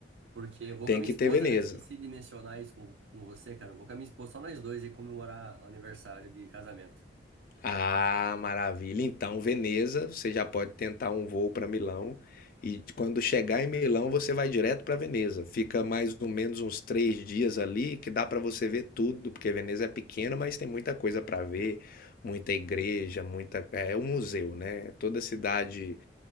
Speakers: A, on the right (about 70°); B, on the left (about 45°).
A: Porque eu vou
B: tem
A: com a minha
B: que
A: esposa,
B: ter Veneza.
A: né? Esqueci de mencionar isso com, com você, cara. Eu vou com a minha esposa, só nós dois, e comemorar o aniversário de casamento.
B: Ah, maravilha. Então, Veneza, você já pode tentar um voo para Milão. E quando chegar em Milão, você vai direto para Veneza. Fica mais ou menos uns três dias ali, que dá para você ver tudo, porque Veneza é pequena, mas tem muita coisa para ver, muita igreja, muita. É é um museu, né? Toda cidade